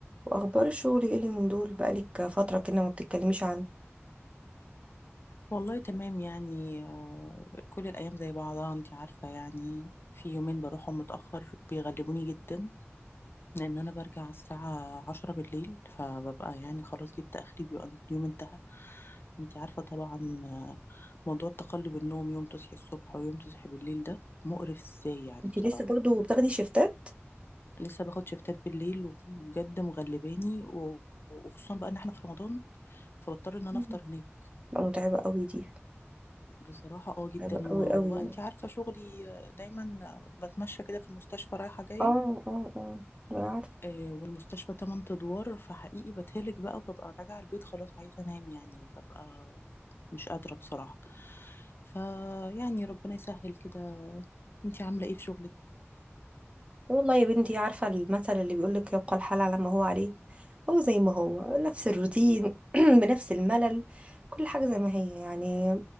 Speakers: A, on the right; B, on the left.
A: واخبار الشغل ايه اللي من دول بقالك فتره كده ما بتتكلميش عنه
B: والله تمام يعني آه، كل الأيام زي بعضها انت عارفة يعني في يومين بروحهم متأخر بيغلبوني جدا لأن أنا برجع على الساعة عشرة بالليل فببقى يعني خلاص جبت آخري بيبقى اليوم انتهى انت عارفة طبعا آه، موضوع تقلب النوم يوم تصحي الصبح ويوم تصحي بالليل ده مقرف ازاي يعني
A: انت
B: بصراحة
A: لسه برضو بتاخدي شيفتات
B: لسه باخد شفتات بالليل وبجد مغلباني و- وخصوصا بقى ان احنا في رمضان فبضطر ان انا
A: مم.
B: افطر هناك
A: بقى متعبه قوي دي
B: بصراحة اه جدا
A: متعبه قوي
B: و-
A: قوي
B: وبقى
A: يعني
B: انت عارفة شغلي آه، دايما آه، بتمشى كده في المستشفى رايحة جاية
A: اه اه اه انا عارفه
B: آه، والمستشفى تمن ادوار فحقيقي بتهلك بقى وببقى راجعة البيت خلاص عايزة انام يعني ببقى مش قادرة بصراحة فيعني ربنا يسهل كده انت عاملة ايه في شغلك؟
A: والله يا بنتي عارفه المثل اللي بيقول لك يبقى الحال على ما هو عليه هو زي ما هو نفس الروتين <clears throat> بنفس الملل كل حاجة زي ما هي يعني